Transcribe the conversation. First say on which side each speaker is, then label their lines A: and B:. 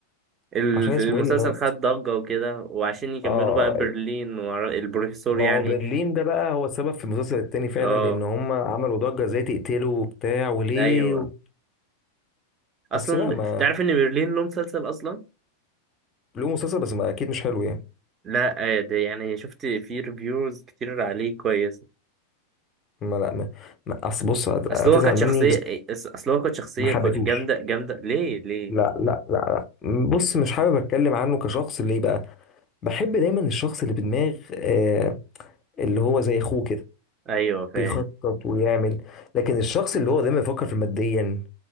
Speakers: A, on the right (about 25°); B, on the left (about 30°).
A: ال-
B: عشان اسمه
A: المسلسل
B: ايه اللي مات
A: خد ضجة وكده وعشان يكملوا
B: اه
A: بقى
B: آه،
A: برلين والبروفيسور
B: ما
A: يعني
B: هو برلين ده بقى هو السبب في المسلسل التاني فعلا
A: اه
B: لان هم عملوا ضجة ازاي تقتله وبتاع وليه
A: ايوه
B: و...
A: اصلا
B: بس لا ما
A: تعرف ان برلين له مسلسل اصلا
B: له مسلسل بس ما اكيد مش حلو يعني
A: لا آه، ده يعني شفت فيه ريفيوز كتير عليه كويسة
B: ما لا ما ما- اصل بص هت-
A: اصل
B: هتزعل
A: هو كانت شخصية
B: مني بس
A: اصل هو كانت شخصية
B: ما حبيتهوش
A: كو- جامدة جامدة ليه ليه
B: لا لا لا لا بص مش حابب اتكلم عنه كشخص ليه بقى بحب دايما الشخص اللي بدماغ آه اللي هو زي اخوه كده
A: ايوه فاهم
B: بيخطط ويعمل لكن الشخص اللي هو دايما يفكر في ماديا